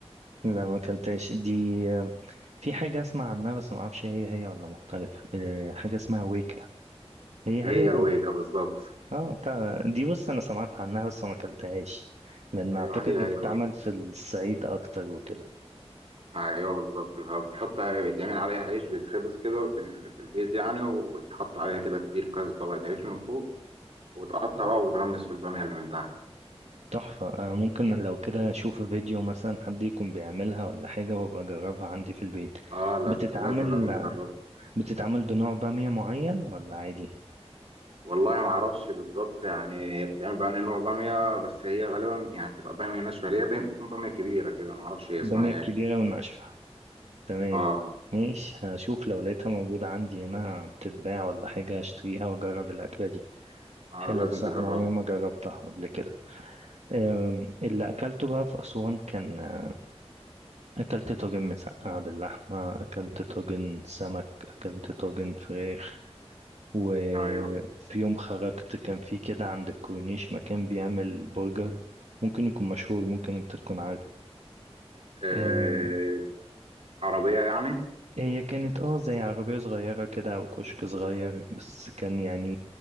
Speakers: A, on the right (about 85°); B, on the right (about 65°).
A: لا ما كلتهاش دي في حاجة اسمع عنها بس ما اعرفش هي هي ولا مختلف آه، حاجة اسمها ويكا هي هي
B: هي الويكة بالظبط
A: اه بتاع دي بص انا سمعت عنها بس ما اكلتهاش لان
B: أيوه
A: اعتقد
B: هي
A: بتتعمل
B: هي الويكة
A: في الصعيد اكتر وكده
B: ايوه بالظبط بتحط بيتعمل عليها عيش بيتخبز كده في, ال... في البيت يعني وبتحط عليها كده كتير كذا طبقة عيش من فوق وتقطع بقى وتغمس في البامية اللي من تحت
A: تحفة آه، ممكن لو كده اشوف فيديو مثلا حد يكون بيعملها ولا حاجة وابقى اجربها عندي في البيت
B: اه لازم
A: بتتعمل
B: لازم لازم تجربها
A: بتتعمل بنوع بامية معين ولا عادي
B: والله ما اعرفش بالظبط يعني هي بتعمل بقى نوع بامية بس هي غالبا يعني بتبقى بامية ناشفة اللي هي بي- بتكون بامية كبيرة كده ما اعرفش هي
A: بامية
B: اسمها ايه
A: كبيرة وناشفة تمام
B: اه
A: ماشي هشوف لو لقيتها موجودة عندي هنا بتتباع ولا حاجة هشتريها وأجرب الأكلة دي
B: اه
A: حلوة
B: لازم
A: الصراحة
B: تجربها
A: أنا عمري ما جربتها قبل كده أم، اللي أكلته بقى في أسوان كان آه، أكلت طاجن مسقعة باللحمة أكلت طاجن سمك أكلت طاجن فراخ وفي
B: ايوه
A: يوم خرجت كان في كده عند الكورنيش مكان بيعمل برجر ممكن يكون مشهور ممكن أنت تكون عارف
B: آه
A: آه،
B: عربية يعني
A: هي كانت اه زي عربية صغيرة كده أو كشك صغير بس كان يعني